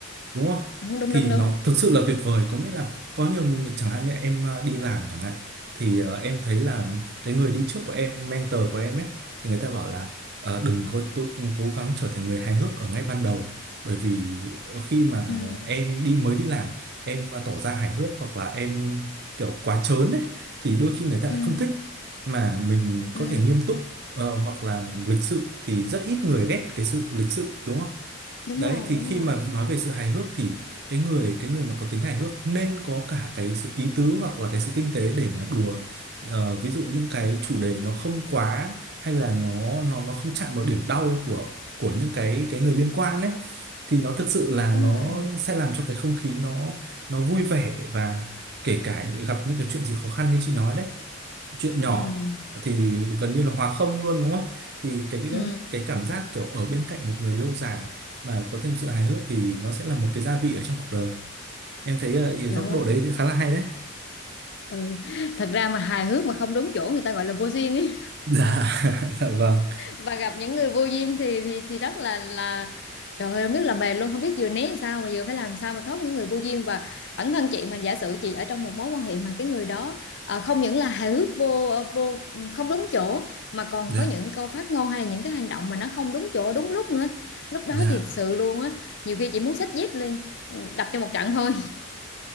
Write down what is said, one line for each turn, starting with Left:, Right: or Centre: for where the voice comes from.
Right: đúng không?
Left: đúng đúng
Right: Thì
Left: đúng đúng
Right: nó thực sự là tuyệt vời. Có nghĩa là có nhiều người, chẳng hạn như em ờ, đi làm chẳng hạn thì ờ, em thấy là cái người đi trước của em, mentor của em ấy thì người ta bảo là Ờ, đừng có tự cố gắng trở thành người hài hước ở ngay ban đầu bởi vì khi mà
Left: ừ
Right: em đi mới đi làm em mà tỏ ra hài hước hoặc là em kiểu quá trớn ấy thì đôi khi người ta lại
Left: ừ
Right: không thích mà mình có
Left: ừ
Right: thể nghiêm túc ờ, hoặc là lịch sự thì rất ít người ghét cái sự lịch sự đúng không?
Left: đúng
Right: đấy
Left: rồi
Right: thì
Left: đúng
Right: khi
Left: rồi
Right: mà nói về sự hài hước thì cái người cái người mà có tính hài hước nên có cả cái sự ý tứ hoặc là cái sự tinh tế để mà đùa Ờ, ví dụ những cái chủ đề nó không quá hay là nó nó nó không chạm vào điểm đau của của những cái cái người liên quan ấy thì nó thực sự là
Left: đúng
Right: nó
Left: rồi
Right: sẽ làm cho cái không khí nó nó vui vẻ và kể cả gặp những cái chuyện gì khó khăn như chị nói đấy chuyện
Left: ừ
Right: nhỏ thì gần như là hòa không luôn đúng không thì cái
Left: ừ
Right: cái cảm giác kiểu ở bên cạnh một người lâu dài mà có thêm sự hài hước thì nó sẽ là một cái gia vị ở trong cuộc đời em thấy ờ, ý- góc
Left: đúng
Right: độ đấy thì khá là hay đấy
Left: ừ. thật ra mà hài hước mà không đúng chỗ người ta gọi là vô duyên ấy
Right: dạ <laughs> dạ vâng
Left: và gặp những người vô duyên thì thì thì rất là là trời ơi không biết làm bè luôn không biết vừa né sao mà vừa phải làm sao mà thoát những người vô duyên và bản thân chị mà giả sử chị ở trong một mối quan hệ mà cái người đó ờ, không những là hài hước vô ờ, vô ừ, không đúng chỗ mà còn
Right: dạ
Left: có những câu phát ngôn hay là những cái hành động mà nó không đúng chỗ đúng lúc nữa lúc đó
Right: dạ
Left: thì sự luôn á nhiều khi chị muốn xách dép lên ừ, đập cho một trận thôi